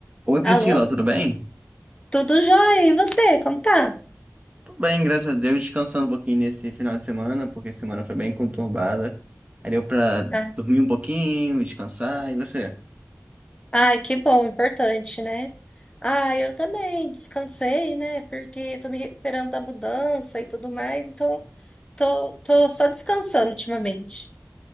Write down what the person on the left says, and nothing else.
Alô?
Tudo jóia? E você? Como tá?
Ah,
ai, que bom, importante, né? Ah, eu também descansei, né? Porque tô me recuperando da mudança e tudo mais, então tô, tô só descansando ultimamente.